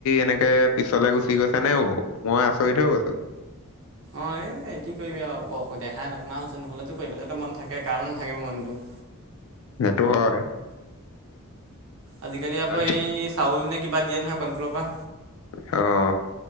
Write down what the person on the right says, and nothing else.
অ' এ কি কৰিবি আৰু ক দেহাই নটনা হৈছে নহ'লেতো কৰিবলৈ মন থাকে কাৰো নাথাকিব মনতটো।
আজিকালি আকৌ
এই চাউল নে কিবা দিয়ে নহয় কণ্ট্ৰলৰ পৰা।